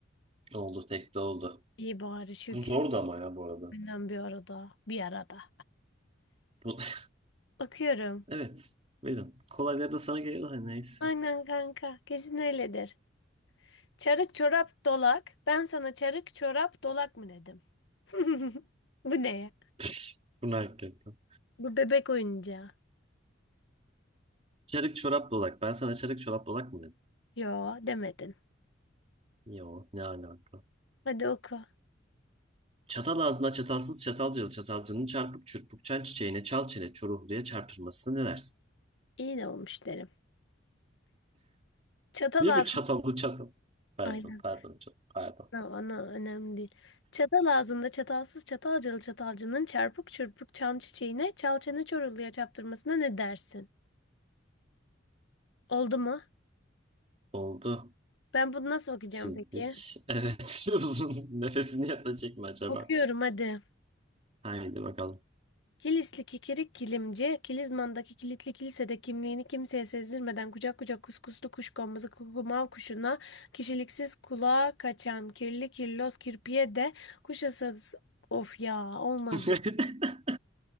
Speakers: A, on the right (about 30°); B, on the left (about 65°).
A: Oldu tek de oldu.
B: iyi bari şükür.
A: Bu zordu ama ya bu arada.
B: Aynen bir arada. Bir arada.
A: Bu... <laughs>
B: Bakıyorum.
A: Evet. Buyurun. Kolayları da sana geliyor da neyse.
B: Aynen kanka. Kesin öyledir. Çarık çorap dolak. Ben sana çarık çorap dolak mı dedim? <laughs> Bu ne ya?
A: <laughs> Bu ne hakikaten.
B: Bu bebek oyuncağı.
A: Çarık çorap dolak. Ben sana çarık çorap dolak mı dedim?
B: Yo demedin.
A: Yo ne alaka.
B: Hadi oku.
A: Çatal ağzına çatalsız çatalcılı çatalcının çarpık çırpık çan çiçeğine çal çene çoruhluya çarpılmasına ne dersin?
B: İyi de olmuş derim. Çatal
A: Niye
B: ağzı.
A: böyle çatallı çatal? Pardon,
B: Aynen.
A: pardon, çok pardon.
B: Ana, ana önemli değil. Çatal ağzında çatalsız çatalcılı çatalcının çarpık çırpık çan çiçeğine çal çene çoruluya çaptırmasına ne dersin? Oldu mu?
A: Oldu.
B: Ben bunu nasıl okuyacağım
A: Şimdilik.
B: peki?
A: Evet, <laughs> uzun nefesini yatacak mı acaba?
B: Okuyorum hadi.
A: Haydi bakalım.
B: Kilisli kikirik kilimci, Kilizman'daki kilitli kilisede kimliğini kimseye sezdirmeden kucak kucak kuskuslu kuşkonmazı kukumav kuşuna, kişiliksiz kulağa kaçan kirli kirloz kirpiye de kuşasız... Of ya olmadı.
A: <laughs>